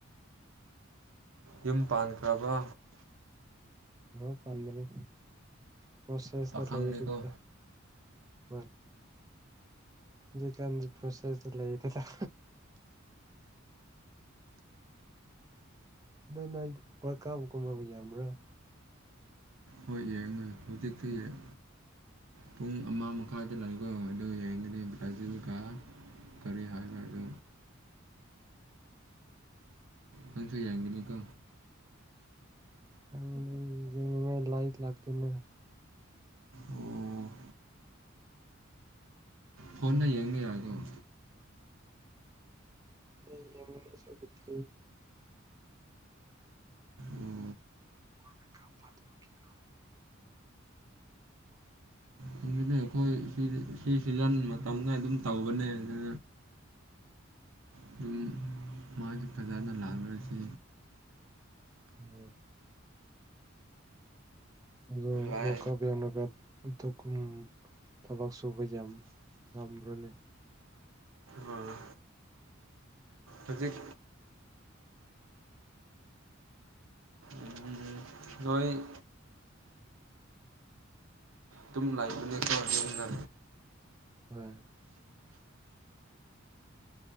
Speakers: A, on the right; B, on the right.
A: ꯌꯨꯝ ꯄꯥꯟꯈ꯭ꯔꯕ‌
B: ꯑꯣ ꯄꯥꯟꯒꯅꯤ ꯄ꯭ꯔꯣꯁꯦꯁꯇ
A: ꯄꯥꯈꯪꯅꯤꯀꯣ
B: ꯂꯩꯔꯤꯗ ꯍꯣꯏ ꯍꯧꯖꯤꯀꯥꯟꯗꯤ ꯐ꯭ꯔꯣꯁꯦꯁꯗ ꯂꯩꯇ‌ꯦꯗ ꯑꯗꯨ ꯅ‌ꯣꯏ ꯋꯥ‍꯭ꯔꯜ ꯀꯞꯀꯨꯝꯕ ꯌ‌ꯦꯡꯕ꯭ꯔꯣ
A: ꯍꯣꯏ ꯌꯦꯡꯉꯦ ꯍꯧꯖꯤꯛꯇꯤ <unintelligible> ꯄꯨꯡ ꯑꯃ ꯃꯈꯥꯏꯗ ꯂꯩꯕ ꯑꯗꯨ ꯌꯦꯡꯒꯅꯤ ꯕ꯭ꯔꯥꯖꯤꯜꯒ꯫ ꯀꯔꯤ ꯍꯥꯏꯕ꯭ꯔꯥ ꯑꯗꯨ꯫ ꯅꯪꯁꯨ ꯌꯦꯡꯒꯅꯤꯀꯣ꯫
B: ꯍꯪ ꯌꯦꯡꯅꯤꯡꯉꯥꯏ ꯂꯥꯏꯠ ꯂꯥꯛꯇꯦꯅꯦ꯫
A: ꯑꯣ꯫ ꯐꯣꯟꯗ ꯌꯦꯡꯕ ꯌꯥꯏꯀ‌ꯣ
B: ꯑꯩ ꯌ‌ꯦꯡ <unintelligible> ꯁꯧꯒꯠꯇ꯭ꯔꯤ
A: ꯑꯣ
B: ꯃꯤꯠꯀꯞ ꯐꯇ ꯀꯤ <unintelligible>
A: ꯈꯪꯗꯦꯅꯦ ꯑꯩꯈꯣꯏ ꯁꯤ ꯁꯤ ꯁꯤꯖꯟ ꯃꯇꯝꯗ ꯑꯗꯨꯝ ꯇꯧꯕꯅꯦ ꯑꯗꯨ ꯑꯗꯨꯝ ꯃꯥꯒꯤ ꯐꯥꯖꯅ ꯂꯥꯛꯂꯔꯁꯤ꯫
B: ꯎꯝ ꯑꯗꯣ
A: ꯂꯥꯏ
B: ꯋꯥ꯭ꯔꯜ ꯀꯞ ꯌ‌‌ꯦꯡꯂꯒꯠ ꯑꯗꯨꯒꯨꯝ ꯊꯕꯛ ꯁꯨꯕ ꯌꯥꯝ ꯉꯝꯕ꯭ꯔꯣꯅꯦ꯫
A: ꯑꯥ ꯍꯧꯖꯤꯛ ꯎꯝ ꯅꯣꯏ꯫ ꯇꯨꯝ ꯂꯩꯕꯅ‌ꯦꯀꯣ ꯌꯨꯝꯗ꯫
B: ꯍꯣꯏ꯫